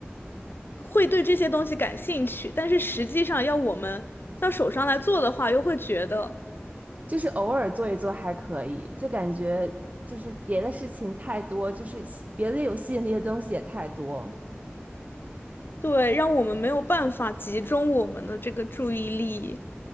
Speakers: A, on the left; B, on the right.
A: 会对这些东西感兴趣，但是实际上要我们到手上来做的话，又会觉得，
B: 就是偶尔做一做还可以，就感觉就是别的事情太多，就是吸别的有吸引力的东西也太多。
A: 对，让我们没有办法集中我们的这个注意力